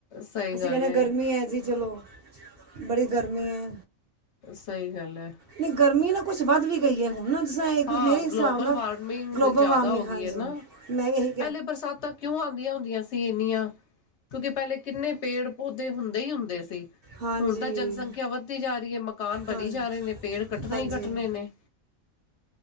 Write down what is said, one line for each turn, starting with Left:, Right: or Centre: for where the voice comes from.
Left: ਸਹੀ
Right: ਅਸੀਂ
Left: ਗੱਲ
Right: ਕਹਿੰਦੇ ਗਰਮੀ ਹੈ ਜੀ ਚਲੋ ਬੜੀ ਗਰਮੀ ਹੈ
Left: ਸਹੀ ਗੱਲ ਹੈ
Right: ਨਹੀਂ ਗਰਮੀ ਨਾ ਕੁਛ ਵੱਧ ਵੀ ਗਈ ਹੈ ਹੁਣ ਨਸਾ ਇਹ ਕੁਝ
Left: ਹਾਂ
Right: ਮੇਰੇ
Left: ਗਲੋਬਲ
Right: ਹਿਸਾਬ ਨਾਲ
Left: ਵਾਰਮਿੰਗ
Right: ਗਲੋਬਲ
Left: ਜ਼ਿਆਦਾ
Right: ਵਾਰਮਿੰਗ
Left: ਹੋ ਗਈ
Right: ਹਾਂਜੀ
Left: ਹੈ ਨਾ
Right: ਮੈਂ ਇਹ
Left: ਪਹਿਲੇ ਬਰਸਾਤਾਂ। ਕਿਉਂ ਆਉਂਦੀਆਂ ਹੁੰਦੀਆਂ ਸੀ ਇੰਨੀਆਂ ਕਿਉਂਕਿ ਪਹਿਲੇ ਕਿੰਨੇ ਪੇੜ ਪੌਦੇ ਹੁੰਦੇ ਹੀ ਹੁੰਦੇ ਸੀ
Right: ਹਾਂਜੀ
Left: ਹੁਣ ਤਾਂ ਜਨਸੰਖਿਆ ਵੱਧਦੀ ਜਾ ਰਹੀ ਹੈ ਮਕਾਨ ਬਣੀ
Right: ਹਾਂ
Left: ਜਾ ਰਹੇ ਨੇ ਪੇੜ ਕੱਟਣੇ
Right: ਹਾਂਜੀ
Left: ਹੀ ਕੱਟਣੇ ਨੇ